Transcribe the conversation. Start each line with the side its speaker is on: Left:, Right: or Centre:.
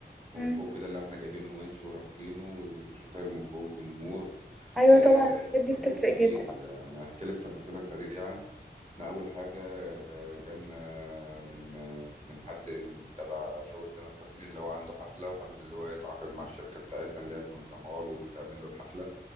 Right: من
Centre: مم.
Right: فوق كده اللي احنا جايبين ونش ورابطينه ويخش طاير من فوق الجمهور
Centre: أيوة
Right: آه،
Centre: طبعا الحاجات
Right: مجهود
Centre: دي بتفرق
Right: كبير
Centre: جدا
Right: يعني هحكي لك تفاصيلها سريعا احنا اول حاجه آه، جالنا من آه، من حد من تبع شغل تامر حسني اللي هو عنده حفله وحابب اللي هو يتعاقد مع الشركه بتاعتنا اللي هي تنظمها له وتعمل له الحفله